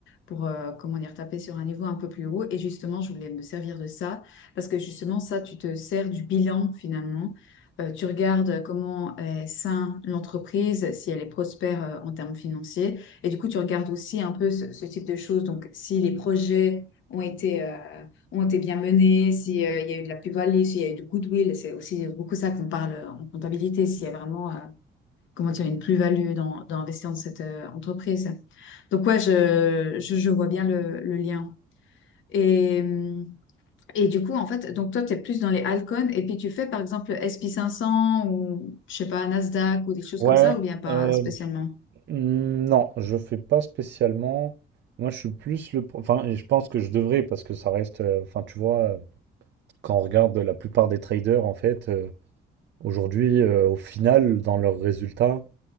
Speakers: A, on the left; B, on the right.
A: pour, euh, comment dire, taper sur un niveau un peu plus haut. Et justement, je voulais me servir de ça, parce que justement, ça, tu te sers du bilan, finalement. Euh, tu regardes comment est sain l'entreprise, si elle est prospère euh, en termes financiers. Et du coup, tu regardes aussi un peu ce, ce type de choses. Donc, si les projets ont été. euh, ont été bien menées, s'il y a eu de la plus-value, s'il y a eu du goodwill. C'est aussi beaucoup ça qu'on parle euh, en comptabilité, s'il y a vraiment euh, comment dire, une plus-value dans, dans investir dans cette euh, entreprise. Donc ouais, je, je, je vois bien le, le lien. Et, euh, et du coup, en fait, donc toi, tu es plus dans les altcoins et puis tu fais par exemple S and p cinq cents ou je sais pas, Nasdaq ou des choses
B: Ouais,
A: comme ça ou bien pas
B: euh,
A: spécialement?
B: mm, non, je fais pas spécialement. Moi, je suis plus le. pro- Enfin, et je pense que je devrais parce que ça reste. euh, Enfin, tu vois, euh, quand on regarde la plupart des traders en fait, euh, aujourd'hui, euh, au final, dans leurs résultats,